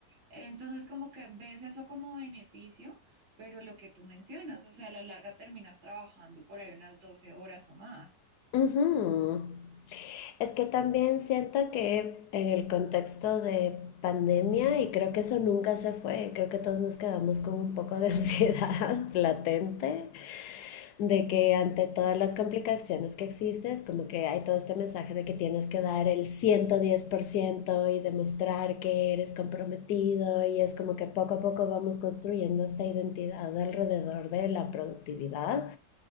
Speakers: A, on the right (about 75°); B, on the left (about 70°).
A: Entonces como que ves eso como beneficio, pero lo que tú mencionas, o sea, a la larga terminas trabajando por ahí unas 12 horas o más.
B: ujú. Es que también siento que en el contexto de pandemia, y creo que eso nunca se fue, creo que todos nos quedamos con un poco de <laughs> ansiedad latente de que ante todas las complicaciones que existes, como que hay todo este mensaje de que tienes que dar el 110% y demostrar que eres comprometido y es como que poco a poco vamos construyendo esta identidad alrededor de la productividad